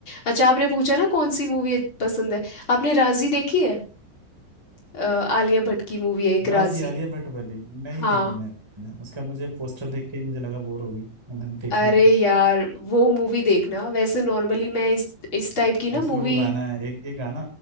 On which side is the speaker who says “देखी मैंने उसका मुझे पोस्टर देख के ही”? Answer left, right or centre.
Centre